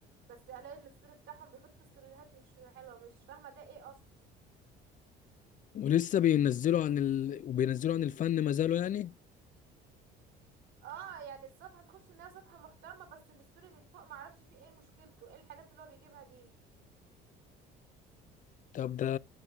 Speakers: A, on the right (about 70°); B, on the left (about 40°).
A: بس الاقي الستوري بتاعهم بيحطوا ستوريهات مش حلوة مش فاهمة ده ايه اصلا
B: ولسه بينزلوا عن ال... وبينزلوا عن الفن ما زالوا يعني
A: اه يعني الصفحة تخش انها صفحة محترمة بس الستوري من فوق معرفش فيه ايه مشكلته ايه الحاجات اللي هو بيجيبها دي
B: طب ده